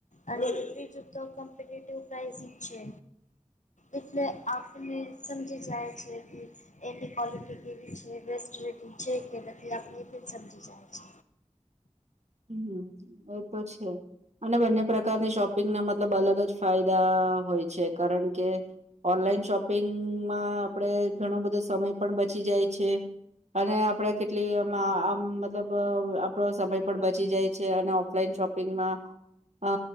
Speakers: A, on the left (about 75°); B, on the right (about 65°).
A: અને બીજુ તો કોમ્પિટેટિવ પ્રાઇઝિંગ છે. એટલે આપને સમજી જાય છે કે એમની ક્વોલિટી કેવી છે બેસ્ટ રેટિંગ છે કે, નથી આપણે એ પણ સમજી જાય છે.
B: હમ એ તો છે. અને બંને પ્રકારની શોપિંગના મતલબ અલગ જ ફાયદા હોય છે કારણ કે ઓનલાઈન શોપિંગમાં આપડે ઘણો બધો સમય પણ બચી જાય છે. અને આપડે કેટલી મા આમ મતલબ આપડો સમય પણ બચી જાય છે અને ઓફલાઈન શોપિંગ માં અ